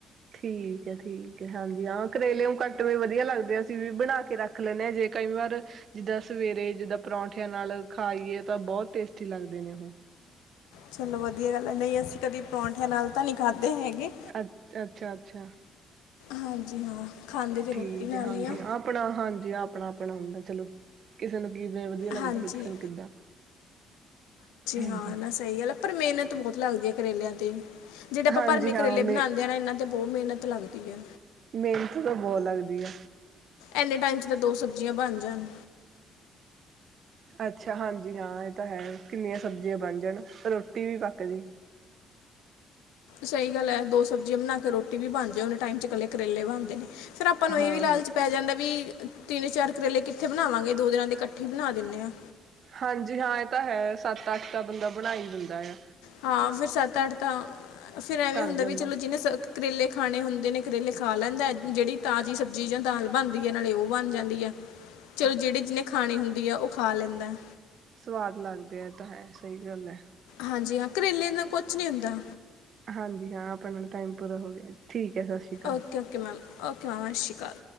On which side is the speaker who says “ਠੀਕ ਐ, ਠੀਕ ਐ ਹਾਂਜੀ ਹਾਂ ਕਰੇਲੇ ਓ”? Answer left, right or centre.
Right